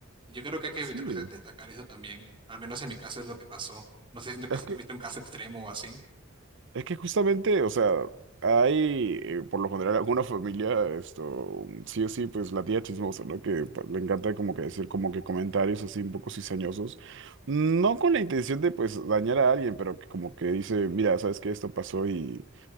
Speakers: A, on the right (about 25°); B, on the right (about 65°).
A: Yo creo que hay que
B: Sí,
A: re- destacar eso también. Al menos en mi caso es lo que pasó. No sé si en tu caso
B: es que,
A: tuviste un caso extremo o así.
B: es que justamente, o sea, hay, eh, por lo general, alguna familia, esto, sí o sí, pues la tía chismosa, ¿no? Que pa- le encanta como que decir como que comentarios así un poco cizañosos, no con la intención de pues dañar a alguien, pero que como que dice, mira, sabes que esto pasó y